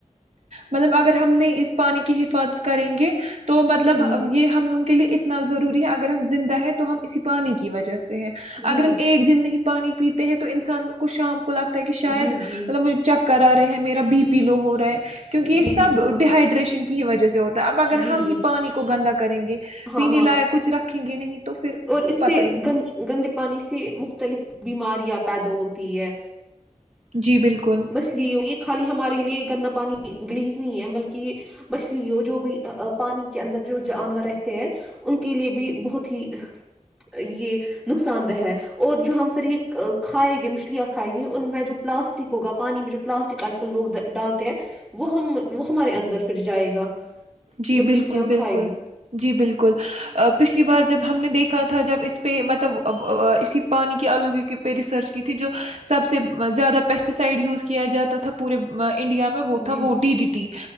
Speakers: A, on the right (about 55°); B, in the centre.
A: مطلب اگر ہم نے اس پانی کی حفاظت کریں گے تو مطلب
B: ہوں
A: یہ ہم لگ کے لیے انا ضروری ہے اگر ہم زندہ ہیں تو ہم اس پانی کی وجہ سے ہے
B: جی
A: اگر ہم ایک دن نہیں پانی پیتے ہیں تو ان سے ن کشام لگتا ہے کہ شاید
B: جی جی
A: مطلب م چکرا رہے ہیں میرا بی پی لو ہو رہا ہے کیونکہ یہ
B: جی
A: سب
B: جی بالکل
A: ڈہائیڈریشن کی وجہ سے ہوتا ہے اب اگر
B: جی
A: ہم
B: جی
A: ہی پانی کو گندا کریں گے
B: ہاں
A: پینے
B: ہاں
A: لائق کچھ رکھیں گے نہیں تو پھر
B: اور
A: تو
B: اس سے
A: پتا ہی ہے
B: گند گندے پانی سے مختلف بیماریاں پیدا ہوتی ہے
A: جی بالکل
B: مچھلیوں یہ خالی ہمارے لیے گندا پانی گلیز نہیں ہے بلکہ مچھلی ہو جو بھی پانی کے اندر جو جانور رہتے ہیں ان کے لیے بھی بہت ہی یہ نقصان دہ ہے اور جو ہم پھر یہ کھائےیں گے مچھلیاں کھائےیں گی ان میں جو پلاسٹک ہوگا پانی میں جو پلاسٹک آج کل لوگ ڈالتے ہیں وہ ہم وہ ہمارے اندر پھر جائے گا
A: جی
B: جب
A: بالکل
B: مچھلیاں ہم
A: بالکل
B: کھائیں گے
A: جی بالکل پچھلی بار جب ہم نے دیکھا تھا جب اس پہ مطلب اسی پانی کی آلودگی پہ ریسرچ کی تھی جو سب سے زیادہ پیسٹی سائڈ یوز کیا جاتا تھا پورے انڈیا میں وہ
B: جی
A: تھا وہ
B: جی
A: ڈی ڈیٹی